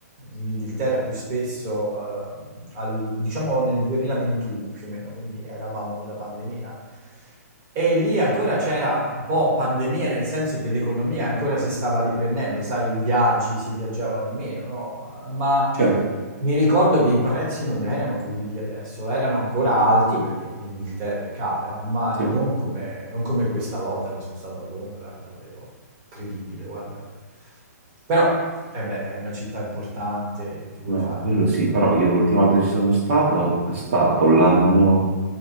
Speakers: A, on the right; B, on the right.
A: in Inghilterra più spesso, eh, al- diciamo nel 2021 più o meno, quindi eravamo nella pandemia. E lì ancora c'era un po' pandemia, nel senso che l'economia ancora si stava riprendendo, sai, i viaggi, si viaggiava di meno, no? Ma
B: Cioè,
A: mi ricordo che i prezzi non erano quelli di adesso, erano ancora alti perché l'Inghilterra è cara, ma non
B: sì.
A: come, non come questa volta che sono stato a Londra, è davvero credibile, guarda. Però, eh beh, è una città importante, che
B: No,
A: vuoi fare?
B: quello sì, però io l'ultima volta che ci sono stato è stato l'anno